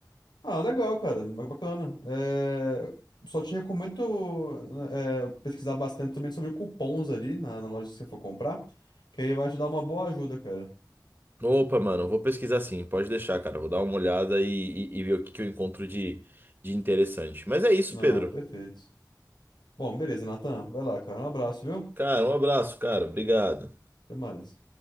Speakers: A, on the left; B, on the right.
A: Ah, legal, cara, ba- bacana. É, só te recomendo é, pesquisar bastante também sobre cupons ali na, na loja que você for comprar, que aí vai te dar uma boa ajuda, cara.
B: Opa, mano, vou pesquisar sim, pode deixar, cara. Vou dar uma olhada e, e- e ver o que que eu encontro de, de interessante. Mas é isso,
A: Ah,
B: Pedro.
A: perfeito. Bom, beleza, Natan. Vai lá, cara. Um abraço, viu?
B: Cara, um abraço, cara. Obrigado.
A: Até mais.